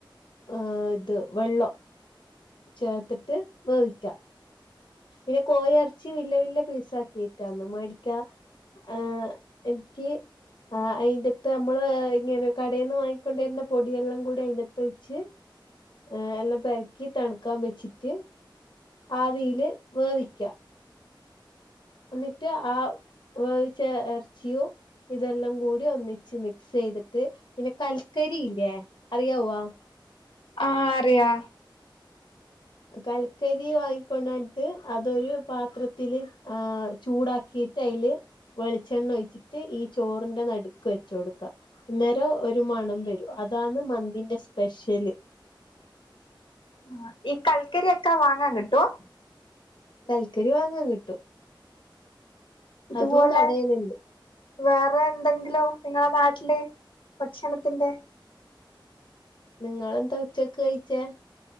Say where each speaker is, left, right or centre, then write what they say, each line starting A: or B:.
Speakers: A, on the left; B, on the left.
A: ആ ഇത് വെള്ളം ചേർത്തിട്ട് വേവിക്കാം പിന്നെ കോയി ഇറച്ചി വലിയ വലിയ പീസ് ആക്കിട്ടാണോ മേടിക്കാ ആ എനിക്ക് ആ അയിന്റെത്ത് നമ്മള് ഇങ്ങനെ കടയിൽന്ന് വാങ്ങിക്കൊണ്ട വരുന്ന പൊടിയെല്ലാം കൂടി അതിന്റെത്ത് വെച്ച് ആ എല്ലാം പരക്കി തണുക്കാൻ വെച്ചിട്ട് ആവിയില് വേവിക്ക എന്നിട്ട് ആ വേവിച്ച ഇറച്ചിയു ഇതെല്ലാം കൂടി ഒന്നിച്ച് മിക്സ്യ്തിട്ട് പിന്നെ കൽക്കരി ഇല്ലേ അറിയാവോ
B: ആഹ് അറിയാ
A: കൽക്കരി വാങ്ങിക്കൊണ്ടണ്ടിട്ട് അതൊരു പാത്രത്തില് ആ ചൂടാക്കി ഇട്ടയില് വെളിച്ചെണ്ണ ഒഴിച്ചിട്ട് ഈ ചോറിന്റെ നടുക്ക് വെച്ചൊടുക്ക അന്നേരം ഒരു മണം വരും അ അതാണ് മന്തിന്റെ സ്പെഷ്യല്
B: ആ ഈ കൽക്കരി ഒക്കെ വാങ്ങാൻ കിട്ടോ
A: കൽക്കരി വാങ്ങാൻ കിട്ടും
B: ഇതുപോലെ
A: അതും കടയിലുണ്ട്
B: വേറെ എന്തെങ്കിലോ നിങ്ങളെ നാട്ടില് ഭക്ഷണത്തിന്റെ
A: നിങ്ങളെന്താ ഉച്ചക്ക് കഴിച്ചേ